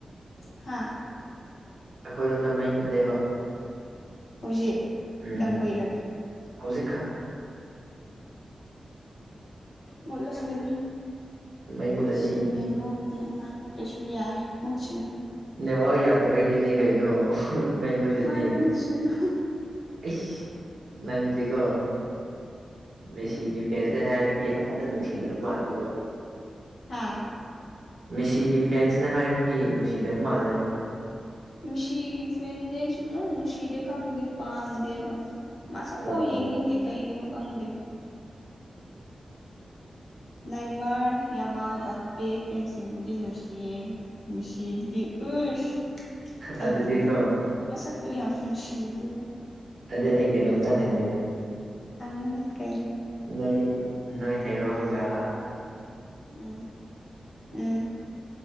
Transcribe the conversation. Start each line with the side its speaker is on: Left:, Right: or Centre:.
Left: ꯍꯥꯥ
Right: ꯑꯩꯈꯣꯏꯔꯣꯝꯗ ꯃꯩ ꯃꯨꯠꯂꯦꯕ
Left: ꯍꯧꯖꯤꯛ
Right: ꯎꯝ
Left: ꯀꯌꯥꯝ ꯀꯨꯏꯔꯒꯦ
Right: ꯍꯧꯖꯤꯛꯈꯛ
Left: ꯃꯠꯂꯝꯒꯅꯤ
Right: ꯃꯩ ꯃꯨꯠꯂꯗꯤ
Left: ꯃꯤꯁꯤ ꯄꯦꯟꯔꯣ ꯑꯩꯃꯥꯏ ꯃꯨ ꯀꯩꯁꯨ ꯌꯥꯏ ꯃꯨꯁꯤꯅꯨ
Right: ꯅꯦ ꯋꯥ ꯌꯥꯗꯕꯩꯅꯤꯅꯦ ꯀꯩꯅꯣ ꯃꯩ ꯃꯨꯠꯂꯗꯤ
Left: ꯃꯥꯏ ꯃꯨꯠꯁꯅꯨ
Right: ꯏꯁ ꯅꯪꯗꯤꯀꯣ ꯃꯦꯁꯤꯒꯤ ꯐꯦꯟꯁꯦ ꯍꯥꯏꯕꯒꯤ ꯑꯝꯇ ꯅꯨꯡꯁꯤꯗ꯭ꯔ ꯃꯥꯜꯂꯤꯕꯣ
Left: ꯍꯥꯥ
Right: ꯃꯦꯁꯤꯒꯤ ꯐꯦꯟꯁꯅ ꯍꯥꯏꯕꯒꯤ ꯅꯨꯡꯁꯤꯗꯕ ꯃꯥꯜꯂꯦꯕ
Left: ꯃꯤꯁꯤꯒꯤ ꯐ꯭ꯔꯦꯟꯗꯤ ꯑꯩ ꯁꯨꯞꯅꯧ ꯅꯨꯡꯁꯤꯗꯦ ꯈꯪꯗꯦ ꯄꯥꯝꯗꯦꯕ ꯃꯁꯛꯐꯥꯎ
Right: ꯑꯣꯍꯣ
Left: ꯌꯦꯡꯅꯤꯡꯗꯦ ꯀꯩꯒꯤꯅꯣ ꯈꯪꯗꯦ ꯅꯥꯏꯃꯔ ꯌꯥꯝꯃꯥꯜꯗꯄꯦ ꯄꯦꯟꯁꯤꯡꯕꯨꯗꯤ ꯅꯨꯡꯁꯤꯌꯦ ꯃꯤꯁꯤꯗꯨꯗꯤ <unintelligible> ꯇꯜꯂꯦ
Right: ꯑꯗꯨꯗꯤꯀꯣ
Left: ꯃꯁꯛꯇꯨ ꯌꯥꯝ ꯅꯨꯡꯁꯤꯗꯦ
Right: ꯑꯗꯨ ꯑꯩ ꯀꯩꯅꯣꯝꯇ ꯍꯪꯒꯦꯅꯦ
Left: ꯍꯪꯉꯨꯅꯦ ꯀꯩ
Right: ꯅꯣꯏ ꯅꯣꯏ ꯍꯦꯔꯣꯒꯥ
Left: ꯎꯝ ꯎꯝ